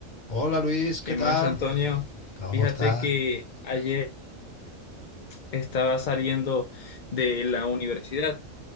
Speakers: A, on the left; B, on the left.
A: Hola Luis, ¿qué
B: ¿Qué
A: tal?
B: más, Antonio?
A: ¿Cómo
B: Fíjate
A: estás?
B: que ayer estaba saliendo de la universidad